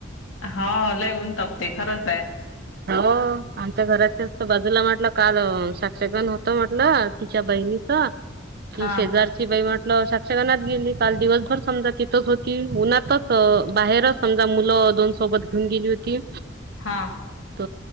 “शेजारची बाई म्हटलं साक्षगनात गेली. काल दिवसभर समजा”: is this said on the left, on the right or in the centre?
Right